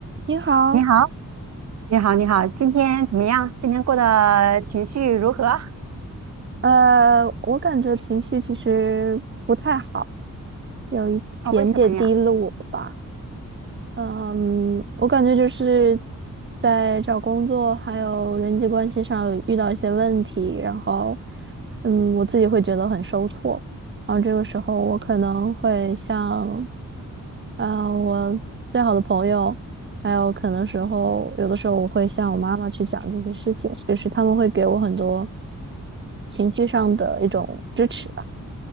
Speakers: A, on the right; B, on the right.
A: 你好，
B: 你好，你好，你好，今天怎么样？今天过得情绪如何？啊，
A: 呃，我感觉情绪其实不太好，有一点点低落吧。
B: 为什么呀？
A: 嗯，我感觉就是在找工作还有人际关系上遇到一些问题，然后，嗯，我自己会觉得很受挫，然后这个时候我可能会向，啊、我最好的朋友，还有可能时候有的时候我会向我妈妈去讲这些事情，就是他们会给我很多情绪上的一种支持。